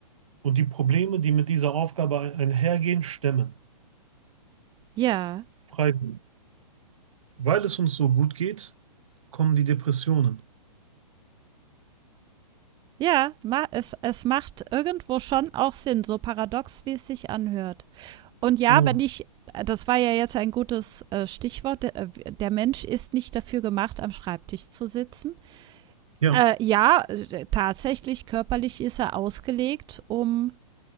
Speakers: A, on the right; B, on the right.
A: und die Probleme, die mit dieser Aufgabe einhergehen, stemmen.
B: Ja.
A: Freiwillig. Weil es uns so gut geht, kommen die Depressionen.
B: Ja, ma es, es macht irgendwo schon auch Sinn, so paradox, wie es sich anhört. Und ja,
A: Genau.
B: wenn ich, äh, das war ja jetzt ein gutes äh, Stichwort, der, äh, der, Mensch ist nicht dafür gemacht, am Schreibtisch zu sitzen.
A: Ja,
B: Äh, ja, äh, tatsächlich, körperlich ist er ausgelegt, um